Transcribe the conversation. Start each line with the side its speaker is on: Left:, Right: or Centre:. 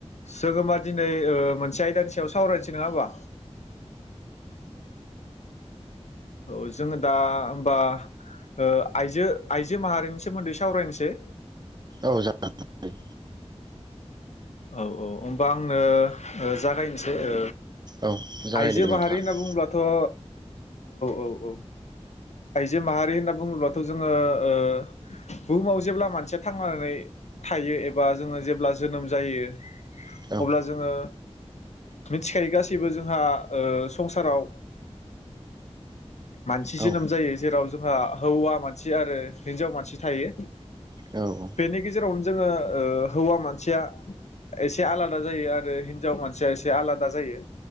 Left: जों होनबा दिनै मोनसे आयदानि सायाव सावरायनोसै नङा होनोमबा। औ जोङो दा होमबा ओ आइजो आइजो माहारिनि सोमोन्दै सावरायनोसै।
Right: औ जागोन
Left: औ औ होमबा आंनो। जागायनोसै ओ
Right: औ जागायदो
Left: आइजो
Right: दे नोंथाङा
Left: माहारि होनना बुङोब्लाथ' औ औ औ। आइजो माहारि होनना बुंङोब्ला थ' जोङो ओ बुहुमाव जेब्ला मानसिया थांनानै थायो जोङो जेब्ला जोनोम जायो
Right: औ
Left: अब्ला जोङो मिथिखायो गासैबो जोंहा ओ संसाराव मानसि
Right: औ
Left: जोनोम जायो जेराव जों जोंहा हौवा मानसि आरो हिन्जाव मानसि थायो
Right: जायो औ
Left: बेनि गेजेरावनो जोङो हौवा मानसिया एसे आलादा जायो आरो हिन्जाव मानसिया एसे आलादा जायो